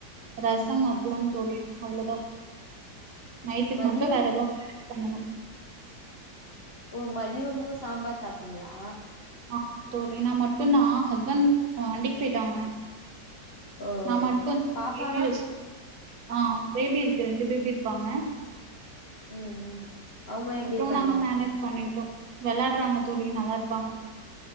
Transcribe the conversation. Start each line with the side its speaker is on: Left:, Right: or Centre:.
Right: ரசம்
Left: ம்
Right: அப்ளம் தோழி அவ்ளோதா நைட்டுக்கு
Left: மதியோ
Right: மட்டு வேற ஏது பண்ணணு
Left: ஓ மதியமு சாம்பார் சாப்ட்டீங்களா
Right: ஆ <unintelligible> நா மட்டும்தா ஹஸ்பண்ட் வண்டிக்கு போயிட்டாங்க
Left: ஓ
Right: நா மட்டு
Left: பாப்பாலா
Right: பேபி வச்சுடு ஆஹ் பேபி இருக் ரெண்டு பேபி இருக்காங்க
Left: ம் ம் அவங்களா எப்டி
Right: அப்றோ
Left: இருக்காங்க
Right: நாங்க மேனேஜ் பண்ணிட்டோம் வெளாடுறாங்க தோழி நல்லா இருக்காங்க